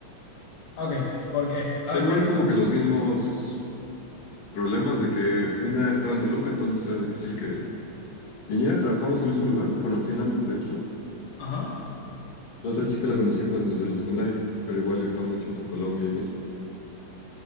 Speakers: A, on the left; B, on the left.
A: Ok, ¿por qué? A
B: Tenían
A: ver, ¿por qué?
B: como que los mismos problemas de que una estaba en Toluca, entonces era difícil que viniera. Trabajamos en el mismo lugar, la conocí en Amex, de hecho.
A: Ajá,
B: La otra chica la conocía pues desde la secundaria, pero igual viajaba mucho entre Colombia y México.